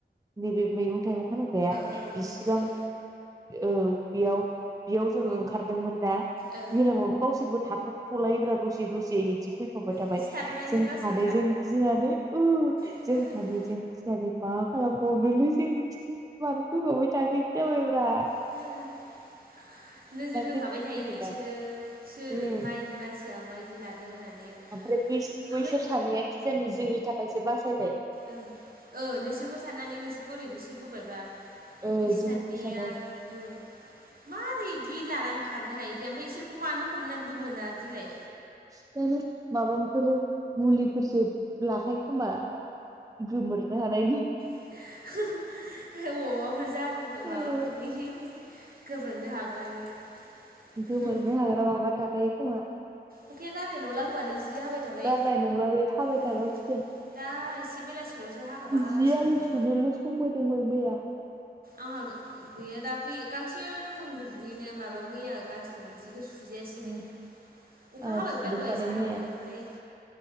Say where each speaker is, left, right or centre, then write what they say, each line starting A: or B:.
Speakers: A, on the right; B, on the right.
A: नैबे मैगं मैगं फानग्राया
B: ओ ओ
A: बिसिबां
B: मिथिबाय
A: औ बेयाव बेयाव जोङो ओंखारदोंमोन ना
B: ओ
A: जेरावबाबो गावसोरबो थाथ' थ'लायोब्रा दसे दसे इदि फै बाय थाबाय
B: नोंसोर थाथ'नायजों
A: जों सानैजों
B: गावसोरबो
A: गिनानै ओ जों
B: थाथ'फावनाय
A: सानैजों नानै मा खालामबावनोलै जों खिथौ खिथौ मानो फैफाबाय थाखो इदि जाबाय ब्रा
B: <unintelligible> नोजोर होखाबाय
A: जोंखौसो
B: थायोलै
A: फैदोंदां
B: बिसोरो सोर
A: उम
B: मायदि मानसिया मायदि लादों होननानै
A: ओमफ्राय बैस बैसोर
B: ओमफ्राय
A: सानैया खिजानि जोंनि थाखायसो बासायबाय
B: ओं ओ नोंसोरबोखौ साननानै नोंसोरखौ ओरैहोसो बोबायबा
A: ओ
B: इसानिया
A: जोंखौसो साननानै
B: ओ मारै इदि लानानै खारनो हायो दे ओमफाय इसो खौ मानो हमनानैबो मोनादिलाय
A: सि जानो माबामफोर मुलिफोरसो लाखायो खोना गोमोरनो हानाय
B: <unintelligible> अ जादुफोर माबाफोरनि
A: ओ
B: गोबोरनो हाग्रानि
A: गोमोरनो
B: <unintelligible>
A: हाग्रा माबा थाखायो खोमा
B: अखाया गारनाय नंला खोनालै जि हाबाय थाबाय
A: गारनाय नंला बे हाबाय
B: उम
A: थाखासिगोन
B: दा एसे बेलासिफोरावसो हागाबा हागासिनो
A: जि आरि सुनोल' सम होदोंमोन मैया
B: आंहा गैया दाख्लै गांसे दंमोन दुगैनाय माबा मैया गानस्लायनाय जिबो सुजायासिनो
A: उम
B: अखा
A: आंहा
B: हाबायबा
A: सुजोबखादों
B: दहाय सानावबो
A: मैया
B: ओमफ्राय